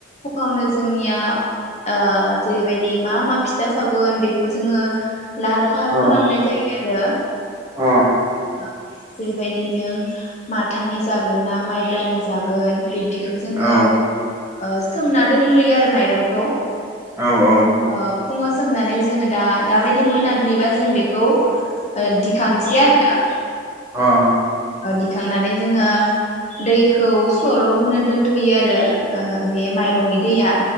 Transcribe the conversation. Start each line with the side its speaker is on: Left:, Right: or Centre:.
Left: फुङावनो जोंनिया ओ जेरैबायदि मा मा फिथा सावगोन बेखौ जोङो लाहार फाहार
Right: औ
Left: खालामनाय जायो आरो
Right: अ
Left: जेरैबायदि नों माथानि जागोन ना माइब्रानि जागोन बे बिखौ जोङो
Right: औ
Left: ओ सोमना दोनग्रोयो आरो माइरंखौ <inaudible>
Right: औ औ
Left: अ फुङाव सोमनानै जोङो दा दाबायदि मोनाबिलिबा जों बेखौ दिखांसै आरो
Right: आ
Left: ओ दिखांनानै जोङो दैखौ सर होनो दोनथयो आरो ओ बे माइरंनि दैया